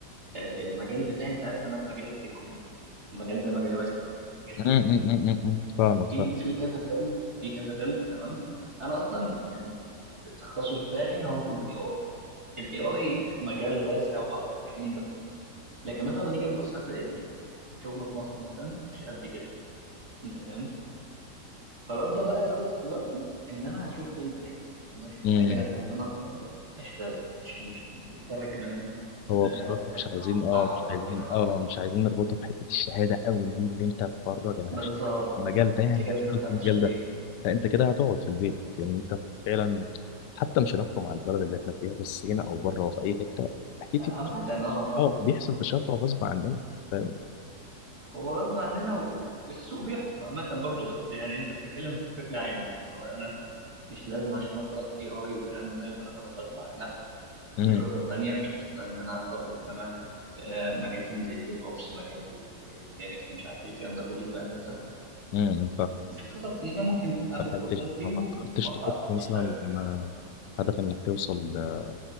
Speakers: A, on the right; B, on the left.
A: آه المجال بتاعي انت عارف انا في مجال التك وكده المجال ده مجال واسع مجال
B: أمم،
A: كبير
B: أمم،
A: جدا
B: أمم، أمم. فاهمك
A: في في كذا فيلد في كذا فيلد تمام انا اصلا يعني التخصص بتاعي هو المفروض اي اي الاي اي مجال واسع وبحر وكلام لكن مثلا لما نيجي نبص هتلاقي في شغله في مصر مثلا مش قد كده انت فاهم فببدا بقى خطه دلوقتي ان انا هشوف فيلد تاني ان انا اشوف
B: فاهم
A: حاجه لا ان انا اتخرج اشتغل مش مش مش اتخرج ان انا ايه
B: هو
A: لا،
B: بصراحة
A: أ-
B: مش
A: أ-
B: عايزين اه
A: اقعد
B: مش
A: او
B: عايزين
A: كده اه
B: اه مش عايزين نربطها بحتة الشهادة قوي دي اللي انت بره يعني
A: بالظبط
B: هشتغل في المجال ده يعني
A: انت كده
B: هشتغل
A: فهمت
B: في
A: انا
B: المجال
A: اقصد
B: ده
A: ايه
B: فانت كده هتقعد في البيت يعني انت فعلا حتى مش هنحكم على البلد اللي احنا فيها بس هنا او بره وفي اي حتة اكيد
A: عامة
B: بت-
A: اه اه
B: اه بيحصل تشبع غصب عننا فاهم
A: هو غصب عننا و... والسوق بيحكم عامة برضه بس يعني انت بتتكلم بشكل عام يعني هو انا مش لازم عشان انا خلاص اي اي والكلام ده يبقى انا خلاص هطلع لا
B: امم
A: في خطط تانية في مثلا ان انا هخطط ان انا آه، مجال تاني زي الديف اوبس مجال زي الدينكس مش عارف ايه الكلام ده كله فاهم انت
B: امم ف-
A: في خطط ان انا ممكن اخد
B: فكرتش-
A: كورسات فيه
B: ما فكرتش
A: و- واطلع
B: تحط مثلا
A: اشتغل فيه
B: آه، هدف انك توصل آه،